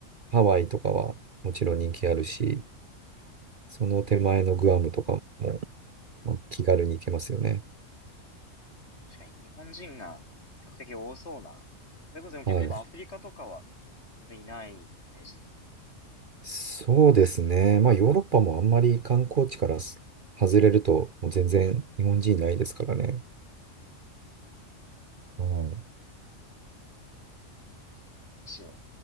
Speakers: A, on the right; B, on the left.
A: ハワイとかはもちろん人気あるし、その手前のグアムとかも、まあ気軽に行けますよね。
B: 確かに日本人が比較的多そうな。それこそでも逆に言えばアフリカとかは全然いないイメージですけど。
A: はい。そうですね。まあ、ヨーロッパもあんまり観光地からす外れると、もう全然日本人いないですからね。は
B: なるほど貴重な話を